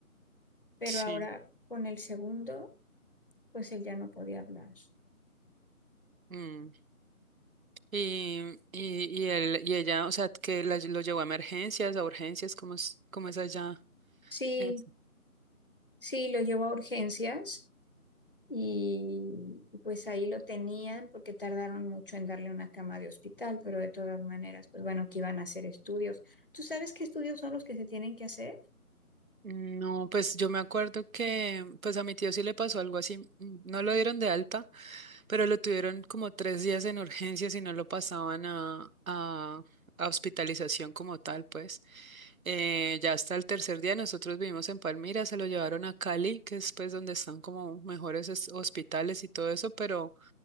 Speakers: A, on the left; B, on the right.
A: pero
B: Sí.
A: ahora con el segundo, pues él ya no podía hablar.
B: Mm. Y, y, y él, y ella, o sea, que la, lo llevó a emergencias, a urgencias, ¿cómo es, cómo es allá?
A: Sí,
B: Eso.
A: sí, lo llevó a urgencias. Y pues ahí lo tenían porque tardaron mucho en darle una cama de hospital, pero de todas maneras, pues bueno, que iban a hacer estudios. ¿Tú sabes qué estudios son los que se tienen que hacer?
B: No, pues yo me acuerdo que, pues a mi tío sí le pasó algo así. mm, No lo dieron de alta Pero lo tuvieron como tres días en urgencias y no lo pasaban a, a, a hospitalización como tal, pues. Eh, ya hasta el tercer día nosotros vivimos en Palmira, se lo llevaron a Cali, que es pues donde están como mejores es- hospitales y todo eso, pero